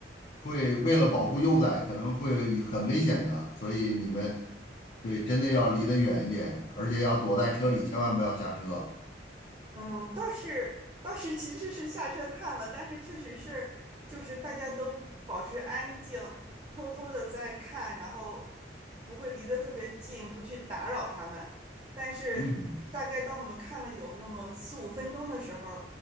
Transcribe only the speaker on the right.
嗯，倒是倒是其实是下车看了，但是确实是就是大家都保持安静，偷偷的在看，然后不会离得特别近，不去打扰他们。但是大概当我们看了有那么四五分钟的时候，